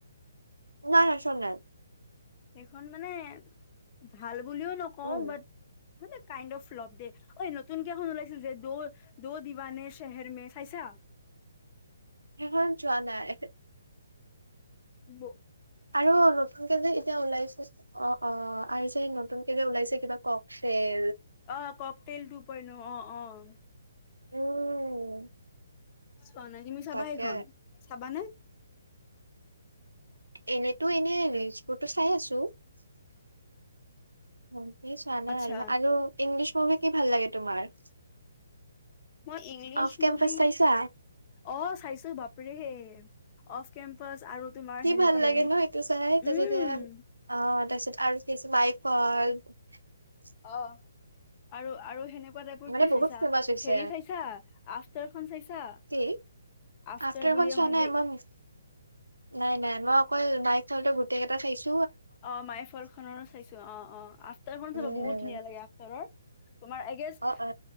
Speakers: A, on the right (about 85°); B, on the left (about 30°).
A: নাই নাই <unintelligible>
B: সেইখন মানে, ভাল বুলিও নকওঁ
A: উম
B: বাত্ মানে কাইণ্ড অফ ফ্লপ দে ঐ নতুনকে এখন ওলাইছিল যে দ' দ' দিৱানে চেহেৰ মে চাইছা?
A: সেইখন চোৱা নাই।
B: ব
A: আৰু নতুনকে যে এতিয়া ওলাইছে অ অ আৰু যে নতুন কে যে ওলাইছে কিবা ককটেল
B: অ ককটেল তো পইন্ট অ অঁ অঁ
A: উম
B: চোৱা নাই তুমি চাবা
A: তাকে
B: সেইখন, চাবানে? <inaudible>
A: এনেতো এনে ৰিলচ্ বোৰটো চাই আছো টো <inaudible> অঁ এই চোৱা
B: আচ্ছা
A: নাই <unintelligible> আৰু ইংলি মুভি কি ভাল লাগে তোমাৰ?
B: মই ইংলিছ
A: অফ কেম্পাচ
B: মুভি,
A: চাইছা
B: অঁ চাইছোঁ বাপৰে বাপৰে অফ কেম্পাচ আৰু তোমাৰ
A: কি
B: সেনেকুৱা
A: ভাল লাগে
B: হেৰি
A: ন সেইটো চাই
B: উম
A: তাৰপাছত অ তাৰপিছত আৰু কি আছে মাই <unintelligible>
B: অঁ আৰু আৰু সেনে কুৱা টাইপৰ
A: মানে
B: কি
A: বহুত
B: চাইছা
A: ফেমাচ হৈছে
B: হেৰি চাইছা আফতাৰ খন চাইছা?
A: কি
B: আফটাৰ
A: আফটাৰখন
B: বুলি
A: চোৱা
B: এখন
A: নাই
B: যে
A: মই, নাই নাই মই অকল <unintelligible> গোটেইকেইটা চাইছোঁ
B: অ মাইফল খনৰো চাইছো অ অ আফটাৰখন
A: উম
B: চাইছোঁ বহুত ধুনীয়া লাগে আফটাৰৰ তোমাৰ এগেচ
A: অ অ